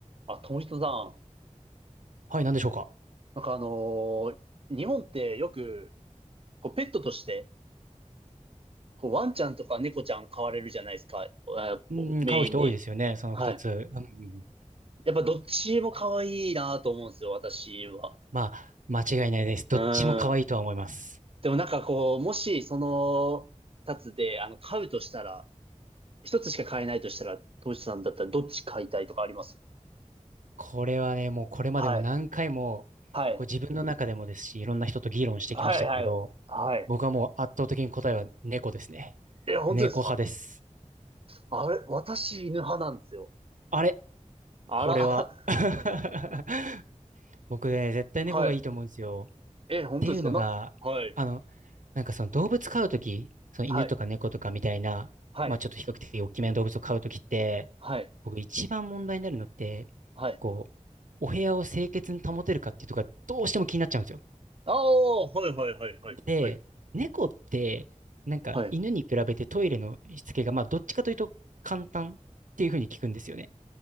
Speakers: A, on the right (about 45°); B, on the right (about 80°).
A: あ、友人さん、
B: はい、何でしょうか。
A: なんかあのー日本ってよく、こうペットとして、こうワンちゃんとか猫ちゃん飼われるじゃないですか、あこメインに。
B: うん、買う人多いですよね、その二つ。
A: はい。
B: うん
A: やっぱどっちも可愛いなと思うんですよ、私は。
B: まあ、間違いないです。どっちも可愛いとは思います。
A: うん。でもなんかこう、もしその、二つで、あの、飼うとしたら、一つしか飼えないとしたら、友人さんだったらどっち飼いたいとかあります
B: これはね、もうこれまでも何回も、
A: はい。はい。
B: こう自分の中でもですし、いろんな人と議論してきましたけど、
A: はい、はい。はい。
B: 僕はもう圧倒的に答えは猫ですね。
A: え、本当ですか
B: 猫派です。
A: あれ、私犬派なんですよ。
B: あれ
A: あら。
B: これは <laughs> 僕ね、絶対猫がいいと思うんですよ。
A: <laughs> はい。
B: っ
A: え、本当ですかな、
B: ていうのが、
A: はい。
B: あの、なんかその動物飼うとき、その犬とか猫とかみたいな、
A: はい、はい、
B: まあちょっと比較的大きめの動物を飼うときって、
A: はい、
B: 僕一番問題になるのって、
A: はい、
B: こう、お部屋を清潔に保てるかっていうとこがどうしても気になっちゃうんですよ。
A: ああ、はいはいはいはい。
B: で、
A: はい。
B: 猫って、なんか犬に比べてトイレのしつけが、
A: はい、
B: まあどっちかというと簡単っていうふうに聞くんですよね。